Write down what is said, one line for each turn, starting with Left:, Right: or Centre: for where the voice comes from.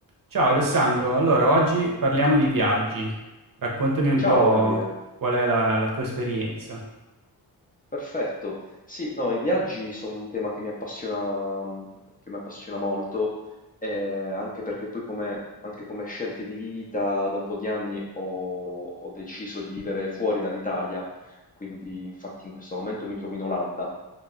Right: Ciao Alessandro, allora oggi parliamo di viaggi. Raccontami un
Left: Ciao
Right: po'
Left: Davide,
Right: qual è la, la tua esperienza.
Left: perfetto. Sì, no, i viaggi sono un tema che mi appassiona, mm, che mi appassiona molto, eh, anche perché poi come, anche come scelte di vita da un po' di anni ho ho deciso di vivere fuori dall'Italia quindi infatti in questo momento mi trovo in Olanda.